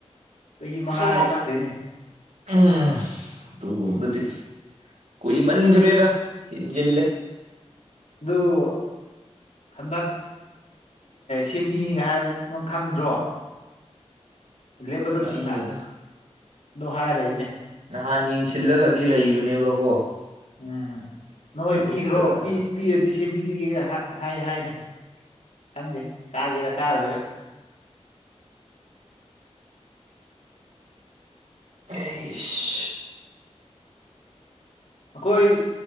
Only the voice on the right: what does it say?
ꯑꯗꯨꯃꯛ
ꯎꯝ ꯇꯨꯒꯨꯝꯕꯗꯤ꯫ ꯀꯨꯏ ꯃꯟꯒ꯭ꯔꯦꯗ ꯏꯟꯖꯤꯜꯂꯦ꯫
ꯈꯪꯗꯦꯗ
ꯅꯍꯥꯟ ꯌꯦꯡꯁꯤꯜꯂꯒꯗꯤ ꯂꯩꯕꯅꯦꯕꯀꯣ꯫
ꯒ꯭ꯔꯨꯞꯇꯒ
ꯊꯥꯒꯠꯇꯅ
ꯇꯩꯁ꯫